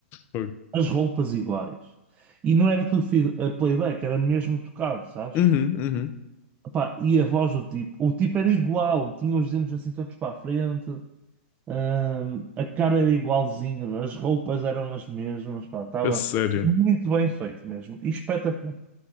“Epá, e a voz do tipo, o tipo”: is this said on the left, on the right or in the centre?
Right